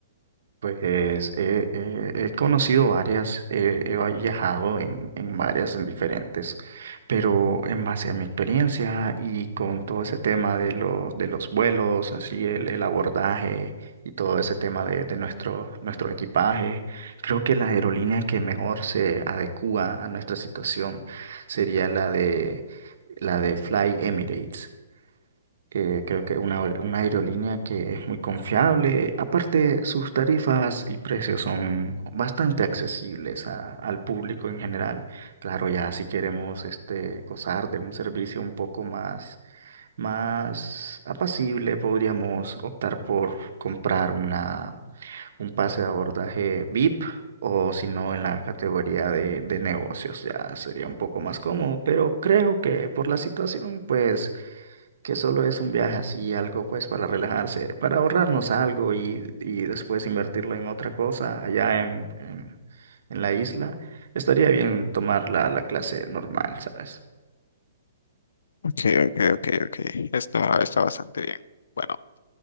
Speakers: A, on the right; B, on the left.
A: Pues eh, eh, he conocido varias, eh, he viajado en, en varias, en diferentes, pero en base a mi experiencia y con todo ese tema de, lo- de los vuelos, así el, el abordaje y todo ese tema de, de nuestro, nuestro equipaje, creo que la aerolínea que mejor se adecúa a nuestra situación sería la de, la de Fly Emirates eh, creo que una, una aerolínea que es muy confiable. Aparte, sus tarifas y precios son bastante accesibles a- al público en general. Claro, ya si queremos este, gozar de un servicio un poco más, más apacible, podríamos optar por comprar una, un pase de abordaje VIP. o si no en la categoría de, de negocios ya sería un poco más cómodo, pero creo que por la situación pues que solo es un viaje así, algo pues para relajarse, para ahorrarnos algo y, y después invertirlo en otra cosa allá en, en, en la isla, estaría bien tomar la, la clase normal, ¿sabes?
B: Ok, ok, ok, ok. Está, está bastante bien. Bueno.